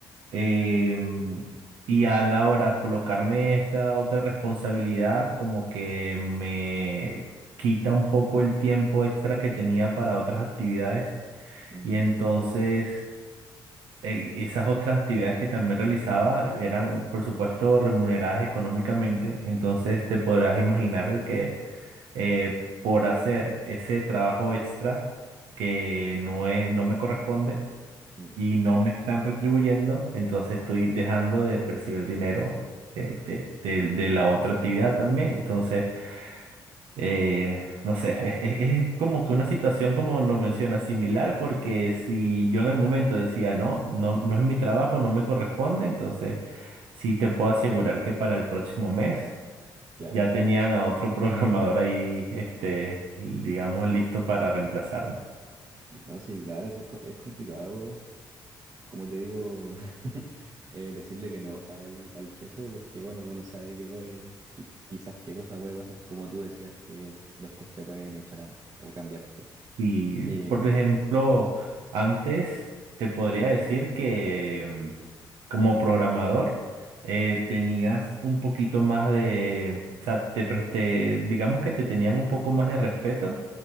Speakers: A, on the right; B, on the right.
A: Em, y a la hora de colocarme esta otra responsabilidad, como que me quita un poco el tiempo extra que tenía para otras actividades.
B: mm,
A: Y entonces eh, esas otras actividades que también realizaba eran, por supuesto, remuneradas económicamente, entonces te podrás imaginar de que eh, por hacer ese trabajo extra que no es, no me corresponde
B: mm,
A: y no me están retribuyendo, entonces estoy dejando de percibir dinero de, de- de- de la otra actividad también. Entonces, eh, no sé, <laughs> es, es- es como que una situación como lo menciona, similar, porque si yo en el momento decía no, no, no es mi trabajo, no me corresponde, entonces sí te puedo asegurar que para el próximo mes
B: Claro.
A: ya tenían a otro <laughs> programador ahí, este, digamos, listo para reemplazar.
B: No, sí, claro, sí es, co- es complicado, como te digo, <laughs> eh, decirle que no al, al jefe, porque bueno, uno sabe que puede, qui- quizás qué cosa puede pasar, como tú decías, que después te pueden echar o cambiarte.
A: Y,
B: Eh,
A: por ejemplo, antes te podría decir que mm, como programador eh, tenías un poquito más de, o sea, te, pres- te- digamos que te tenían un poco más de respeto